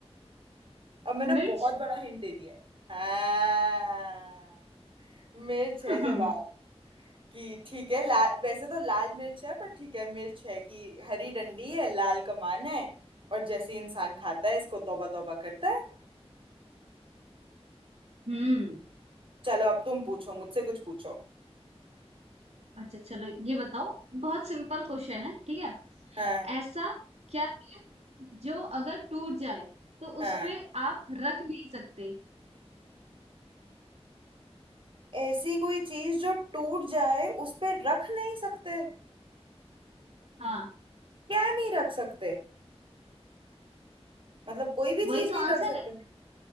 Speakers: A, on the right; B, on the right.
A: अब मैंने
B: मिर्च
A: बहुत बड़ा हिंट दे दिया हाँ मिर्च है
B: <laughs>
A: जवाब कि ठीक है लाल वैसे तो लाल मिर्च है पर ठीक है मिर्च है कि हरी डंडी है लाल कमान है और जैसे ही इंसान खाता है इसको तौबा तौबा करता है
B: हम्म
A: चलो अब तुम पूछो मुझसे कुछ पूछो
B: अच्छा चलो ये बताओ बहुत सिंपल क्वेश्चन है ठीक है
A: हाँ
B: ऐसा क्या जो अगर टूट जाए तो
A: हाँ
B: उस पे आप रख नहीं सकते
A: ऐसी कोई चीज जो टूट जाए उस पे रख नहीं सकते
B: हाँ
A: क्या नहीं रख सकते मतलब कोई भी
B: वही
A: चीज
B: तो
A: नहीं
B: आंसर
A: रख सकते
B: है